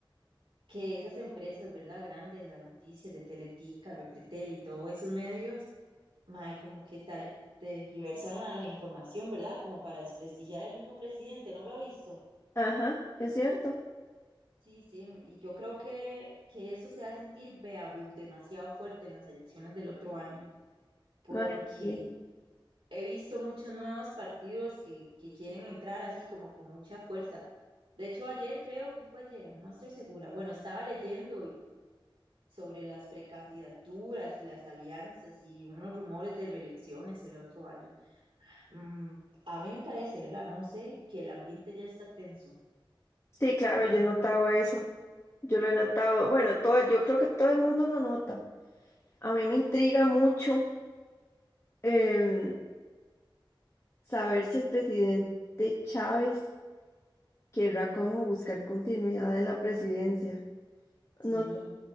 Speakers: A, on the right; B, on the left.
A: que esas empresas, ¿verdad? Grandes, las noticias de Teletica, Repretel y todos esos medios, mae, como que tar- tergiversan la, la información, ¿verdad? Como para desprestigiar al mismo presidente, ¿no lo ha visto?
B: ajá, es cierto.
A: Sí, sí, y yo creo que, que eso se va a sentir vea, demasiado fuerte en las elecciones del otro año, porque
B: Mae, sí,
A: he visto muchos nuevos partidos que, que quieren entrar así como con mucha fuerza. De hecho, ayer creo que fue ayer, no estoy segura. Bueno, estaba leyendo y- sobre las precandidaturas y las alianzas y unos rumores de reelecciones el otro año. Mm, a mí me parece, ¿verdad? No sé, que el ambiente ya está tenso.
B: Sí, claro, yo he notado eso. Yo lo he notado. Bueno, todo, yo creo que todo el mundo lo nota. A mí me intriga mucho. em, Saber si el presidente Chávez querrá como buscar continuidad en la presidencia.
A: Sí.
B: No,